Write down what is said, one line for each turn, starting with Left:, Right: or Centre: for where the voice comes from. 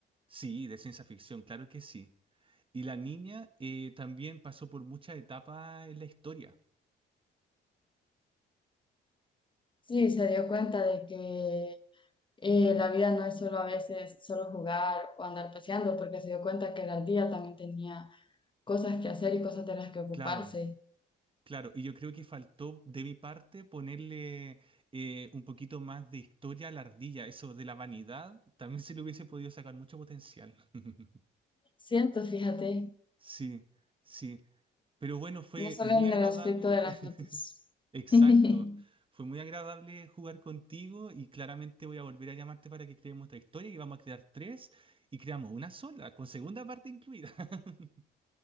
Right: Sí, de ciencia ficción, claro que sí. Y la niña eh, también pasó por muchas etapas en la historia.
Left: Sí, se dio cuenta de que eh, la vida no es solo a veces solo jugar o andar paseando, porque se dio cuenta que el día también tenía cosas que hacer y cosas de las que ocuparse.
Right: Claro, claro. Y yo creo que faltó de mi parte ponerle eh, un poquito más de historia a la ardilla. Eso de la vanidad, también <laughs> se le hubiese podido sacar mucho potencial. <laughs>
Left: Siento, fíjate,
Right: Sí, sí. Pero bueno, fue
Left: no solo
Right: muy
Left: en
Right: agradable
Left: el aspecto de las
Right: <laughs>
Left: fotos.
Right: Exacto.
Left: <laughs>
Right: Fue muy agradable jugar contigo y claramente voy a volver a llamarte para que creemos otra historia y vamos a crear tres y creamos una sola, con segunda parte incluida. <laughs>